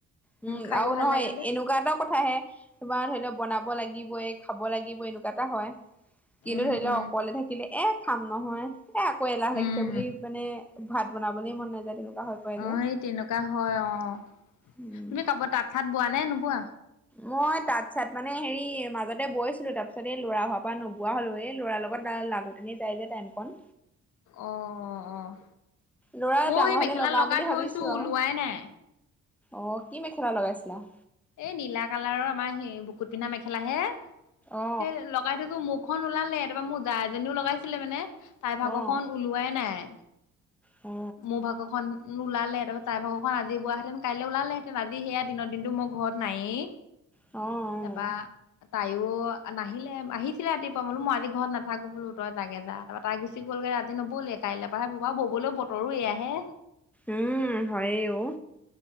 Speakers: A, in the centre; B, on the left.
A: উম
B: খাইও
A: আৰু
B: ভাল
A: নহয়
B: লাগে যে
A: এনেকুৱা এটা কথা আহে তোমাৰ ধৰি লওক বনাব লাগিবই, খাব লাগিবই এনেকুৱা এটা হয়। কিন্তু
B: উম
A: ধৰি
B: উম
A: লওক অকলে থাকি এ খাম নহয়। এ আকৌ এলাহ লাগিছে
B: উম
A: বুলি মানে, ভাত বনাবলে মন নাযায় হৈ পৰে যে
B: অ', সেই তেনেকুৱা হয় অ',
A: উম
B: তুমি কব তাঁত চাত বোৱা নে নোবোৱা?
A: মই তাঁত চাত মানে হেৰি মাজতে বৈছিলো তাৰ পিছত এই ল'ৰা হোৱাৰ পৰা নোবোৱা হ'লো, এই ল'ৰাৰ লগত লাগু তেনেই যাই যে টাইম কন।
B: অ', অ'।
A: ল'ৰা
B: ময়ো
A: ডাঙৰ
B: সেই মেখেলা
A: হ'লে লগাওঁ
B: লগাই
A: বুলি ভাবিছো
B: থৈছো
A: আৰু।
B: ওলোৱাই নাই
A: অ', কি মেখেলা লগাইছিলা?
B: এই নীলা কালাৰৰ, আমাৰ সেই বুকুত পিন্ধা মেখেলাহে। সেই
A: অ
B: লগাই থো মোৰ এখন ওলালে, তাৰপা মোৰ যা এজনীও লগাইছিলে মানে। তাই ভাগৰ
A: অ অ
B: খন ওলোৱাই নাই।
A: অ', অ',
B: মোৰ ভাগখন নোলাল ত তাইভাগৰখন আজি বোৱাহেঁতেন কাইলৈ ওলালেঁতেন আজি সেয়া দিনৰ দিনটো ম ঘৰত নাইয়ে।
A: অ',
B: তাপা তাই তেওঁ নাহিলে, আহি আঁহিছিলে ৰাতিপুৱা মই বোলো মই আজি ঘৰত নাথাকো বোলো তই জাগে যা, তাৰপৰা তাই গুচি গলগে আজি নব'লে কাইলৈ পৰাহে বৱ আৰু ববলৈ বতৰো এয়া হে।
A: উম হয়েওঁ,